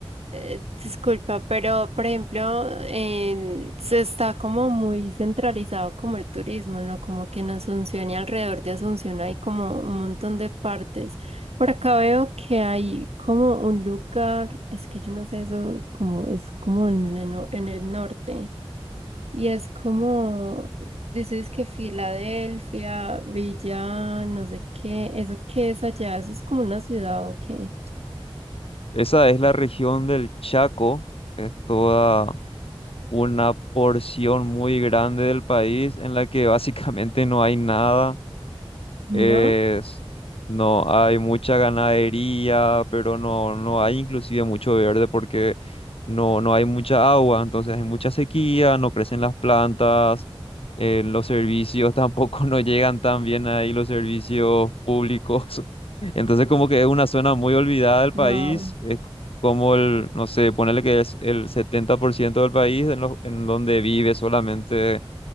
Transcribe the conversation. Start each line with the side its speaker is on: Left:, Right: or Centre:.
Right: eh, disculpa, pero por ejemplo, en- se está como muy centralizado como el turismo, ¿no? Como que en Asunción y alrededor de Asunción hay como un montón de partes. Por acá veo que hay como un lugar, es que yo no sé eso, como es como en, el no- en el norte. Y es como, dices que Filadelfia, Villa, no sé qué, ¿eso qué es allá? ¿Eso es como una ciudad o qué?
Left: Esa es la región del Chaco, es toda una porción muy grande del país en la que básicamente no hay nada
Right: ¿No?
Left: Es, no hay mucha ganadería, pero no, no hay inclusive mucho verde porque no, no hay mucha agua, entonces hay mucha sequía, no crecen las plantas, eh, los servicios tampoco <laughs> no llegan tan bien ahí, los servicios públicos. <laughs> Entonces como que es una zona muy olvidada del
Right: Wow.
Left: país, es como el, no sé, ponerle que es el 70% del país en, lo- en donde vive solamente